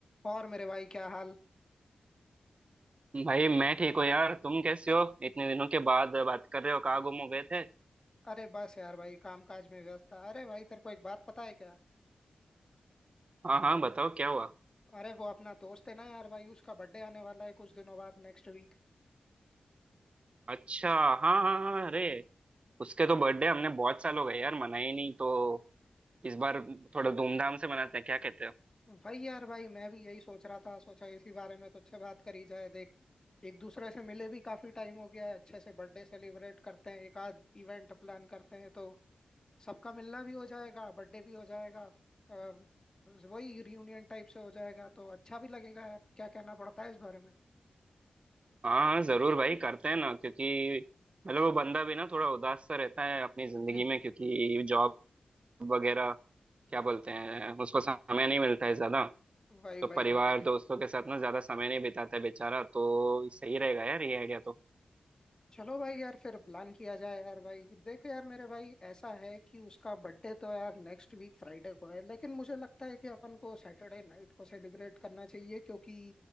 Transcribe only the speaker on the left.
और मेरे भाई क्या हाल
अरे बस यार भाई काम काज में व्यस्त था अरे भाई तेरे को एक बात पता है क्या
अरे वो अपना दोस्त है ना यार भाई उसका बर्थडे आने वाला है कुछ दिनों बाद नेक्स्ट वीक
भाई यार भाई मैं भी यही सोच रहा था सोचा इसी बारे में तो अच्छे बात करी जाए देख एक दूसरे से मिले भी काफी टाइम हो गया है अच्छे से बर्थडे सेलिब्रेट करते हैं एक आध इवेंट प्लान करते हैं तो सबका मिलना भी हो जाएगा बर्थडे भी हो जाएगा अ, वही रियूनियन टाइप से हो जाएगा तो अच्छा भी लगेगा यार क्या कहना पड़ता है इस बारे में
<clears throat>
<laughs>
भाई
भाई
भाई भाई
चलो भाई यार फिर प्लान किया जाए यार भाई देखो यार मेरे भाई ऐसा है कि उसका बर्थडे तो यार नेक्स्ट वीक फ्राइडे को है लेकिन मुझे लगता है कि अपन को सैटरडे नाइट को सेलिब्रेट करना चाहिए क्योंकि